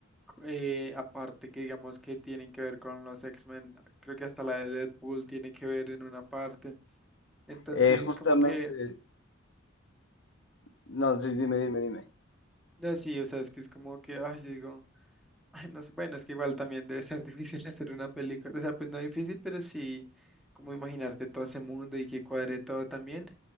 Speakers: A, in the centre; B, on the left.
A: eh, aparte que digamos que tienen que ver con los X-Men. Creo que hasta la de Deadpool tiene que ver en una parte. Entonces
B: Eh, justamente,
A: es como que,
B: no, sí, dime, dime, dime.
A: no, sí, o sea, es que es como que, ay, yo digo, <laughs> ay, no sé, bueno, es que igual también debe ser <laughs> difícil hacer una película. O sea, pues no difícil, pero sí, como imaginarte todo ese mundo y que cuadre todo también.